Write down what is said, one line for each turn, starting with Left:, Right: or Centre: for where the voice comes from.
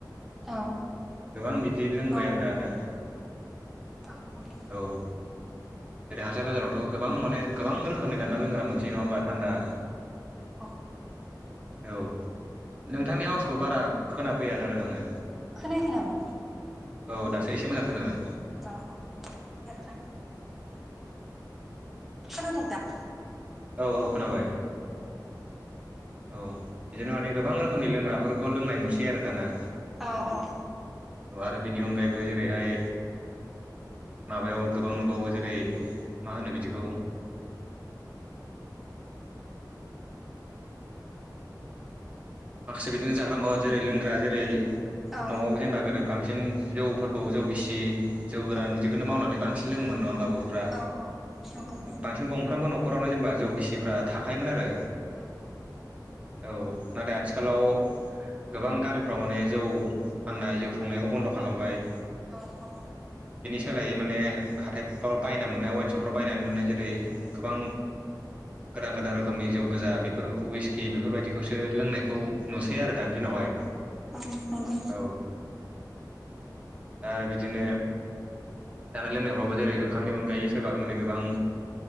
Centre: औ
Right: गोबां बिदि लोंबाय
Centre: औ
Right: आरो दाना
Centre: थाब
Right: औ जेरै हासार बाजारावथ' गोबां माने गोबां रोखोमनि दान्दा लोंग्रा मोनसै नङा होमबा थान्दा
Centre: औ औ
Right: औ नोंथांनि आउसखौ बारा खोनाफैया जादों आङो
Centre: खोनायख नामा
Right: औ दासो एसे मोजां खान न
Centre: र' खोन द दा
Right: औ औ खोनाबाय औ बिदिनो माने गोबां रोखोमनि लोंग्राफोरखौ लोंनाय नुसै आरो दाना
Centre: औ औ
Right: औ आरो बिनि अनगायैबो जेरैहाय माबायाव गोबां नुबावो जेरै मा होनो बिदिखौ ओ माखासे बिदिनो जाग्रा मुवा जेरै लोंग्रा जेरै
Centre: औ
Right: न'आव जेनेबा गोदो बां बांसिन जौफोरखौ जौ गिसि जौ गोरान
Centre: औ
Right: बिदिखौनो मावनानै बांसिन लोङोमोन नङा होमबा बर'फ्रा
Centre: औ औ नंगौ
Right: बांसिन गंफ्रोमबो न'खरावनो जेनेबा जौ गिसिफ्रा थाखायोमोन आरो।
Centre: औ औ
Right: औ नाथाय आथिखालाव गोबां गामिफ्राव माने जौ फाननाय जौ संनायखौ बन्द' खालामबाय
Centre: औ औ
Right: सोलायो माने हाथाइफ्राव बायना मोननाय वेनसपफ्राव बायनानै मोननाय जेरै गोबां गोदान गोदान रोखोमनि जौ गोजा बेफोर उइसकि बेफोरबायदिखौसो लोंनायखौ नुसै
Centre: औ
Right: आरो दान्दिनावहाय
Centre: औ औ नंगौ
Right: औ आरो बिदिनो जानाय लोंनायफ्रावबो जेरै ओंखामनि अनगायै सोरबा माने गोबां